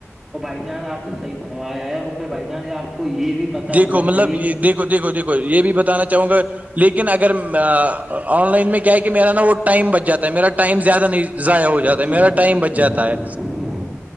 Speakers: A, in the centre; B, on the right.
A: اور بھائی جان آپ نے صحیح پڑھوایا ہے اور پھر بھائی جان آپ کو یہ بھی پتا
B: دیکھو
A: ہونا
B: مطلب
A: چاہیے
B: یہ دیکھو دیکو یہ بھی بتانا چاہوں گا لیکن اگر آن لائن میں کیا ہے کہ میرا نا وہ ٹائم بچ جاتا ہے میرا ٹائم زیادہ نہیں ضائع ہو جاتا ہے
A: جی
B: میرا ٹائم
A: جی
B: بچ جاتا ہے
A: جی